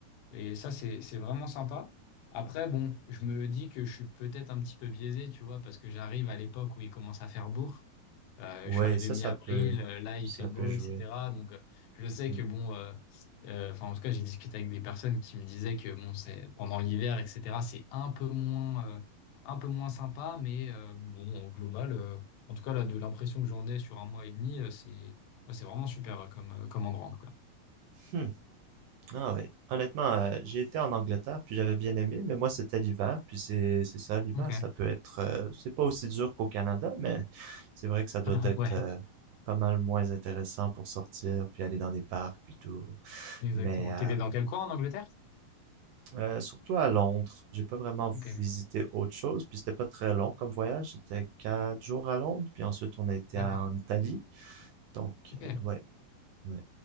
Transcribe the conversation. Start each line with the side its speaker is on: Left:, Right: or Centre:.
Left: et ça, c'est, c'est vraiment sympa. Après, bon, je me dis que je suis peut-être un petit peu biaisé, tu vois, parce que j'arrive à l'époque où il commence à faire beau. Euh,
Right: Ouais,
Left: je suis arrivé
Right: ça,
Left: mi-avril,
Right: ça peut,
Left: euh, là, il
Right: ça
Left: fait beau,
Right: peut jouer.
Left: etc. Donc, euh, je sais
Right: Hmm.
Left: que, bon, euh, euh, enfin, en tout cas, j'ai discuté avec des personnes qui me disaient que, bon, c'est pendant l'hiver, etc., c'est un peu moins, euh, un peu moins sympa, mais, euh, mais bon, au global, euh, en tout cas, là, de l'impression que j'en ai sur un mois et demi, euh, c'est, ouais, c'est vraiment super euh, comme, euh, comme endroit, quoi.
Right: Hmm. Ah ouais. Honnêtement, euh, j'ai été en Angleterre, puis j'avais bien aimé, mais moi, c'était l'hiver, puis c'est, c'est ça, l'hiver,
Left: Ok.
Right: ça peut être, euh, c'est pas aussi dur qu'au Canada, mais c'est vrai que ça doit
Left: <laughs>
Right: être
Left: Ouais,
Right: euh, pas mal moins intéressant pour sortir, puis aller dans des parcs, puis tout.
Left: exactement.
Right: Mais euh,
Left: T'étais dans quel coin en Angleterre?
Right: euh, surtout à Londres, j'ai pas vraiment
Left: Ok,
Right: visité autre chose, puis c'était pas très long comme voyage, c'était quatre jours à Londres, puis ensuite on a été
Left: d'accord.
Right: à- en Italie, donc
Left: Ok,
Right: euh, ouais. ouais.